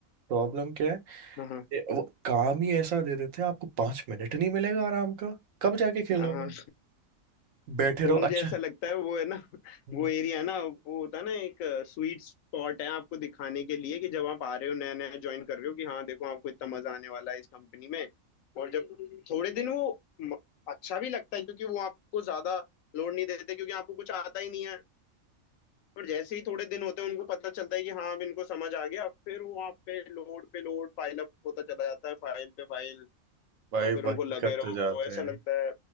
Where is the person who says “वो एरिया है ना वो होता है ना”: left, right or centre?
Left